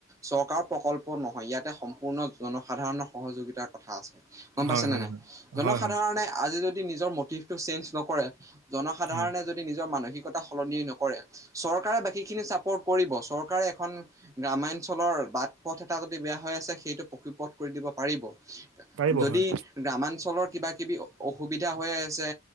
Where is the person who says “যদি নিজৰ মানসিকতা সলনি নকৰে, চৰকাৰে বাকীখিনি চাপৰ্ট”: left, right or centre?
Right